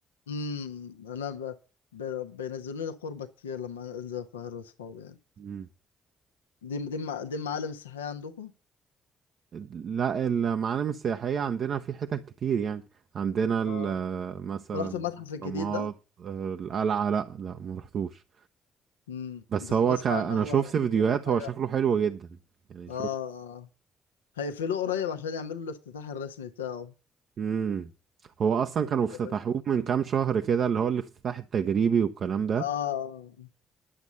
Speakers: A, on the left (about 80°); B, on the right (about 55°).
A: امم انا ب... ب... بينزلوا لي قربة كتير لما انزل القاهرة واصحابي يعني
B: مم.
A: دي دي مع- دي معالم السياحية عندكم
B: لا المعالم السياحية عندنا في حتت كتير يعني عندنا ال-
A: اه
B: مثلا
A: أنت رحت المتحف الجديد
B: الأهرامات
A: ده
B: آه، القلعة لا لا ما رحتوش
A: امم
B: بس
A: بس
B: هو
A: بسمع
B: ك... انا
A: ان هو
B: شفت
A: إن
B: فيديوهات
A: هو حاجة
B: هو شكله حلو جدا يعني
A: اه
B: شفت
A: اه هيقفلوه قريب عشان يعملوا الافتتاح الرسمي بتاعه
B: امم هو اصلا كانوا افتتحوه
A: هيبقى
B: من كام شهر كده اللي هو الافتتاح التجريبي والكلام ده
A: اه